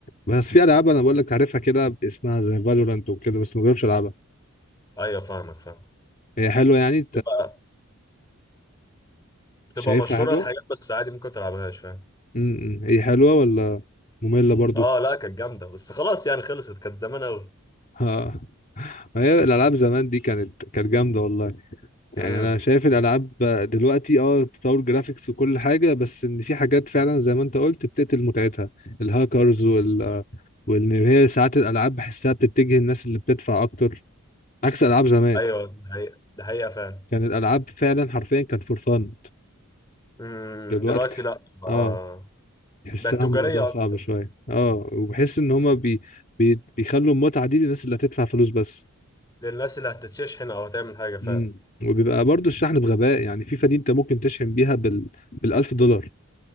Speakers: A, on the left (about 40°); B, on the left (about 15°).
A: بس في العاب انا بقول لك عارفها كده باسمها زي فالورانت وكده بس ما جربتش العبها
B: أيوة فاهمك فاهم
A: هي حلوه يعني
B: بتبقى بتبقى
A: شايفها
B: مشهورة
A: حلوة
B: الحاجات بس عادي ممكن تلعبهاش فاهم
A: امم هي حلوة ولا مملة برضو
B: اه لا كانت جامدة بس خلاص يعني خلصت كانت زمان أوي
A: <laughs> ها ما هي الألعاب زمان دي كانت كانت جامدة والله يعني
B: امم
A: أنا شايف الألعاب دلوقتي اه تطور جرافيكس وكل حاجة بس إن في حاجات فعلا زي ما أنت قلت بتقتل متعتها الهاكرز وال وإن هي ساعات الألعاب بحسها بتتجه الناس اللي بتدفع أكتر عكس ألعاب زمان
B: أيوة ده حقيقة ده حقيقة فعلا
A: كان الألعاب فعلا حرفيا كان فور فن
B: امم
A: دلوقتي
B: دلوقتي
A: تح...
B: لا بقى
A: اه تحسها
B: بقت تجارية
A: موضوع صعب
B: أكتر
A: شوية اه وبحس ان هما بي... بي... بيخلوا المتعة دي للناس اللي هتدفع فلوس بس
B: للناس اللي هتتشحن أو هتعمل حاجة فعلا
A: مم. وبيبقى برضو الشحن بغباء يعني في فدي انت ممكن تشحن بيها بال... بالألف دولار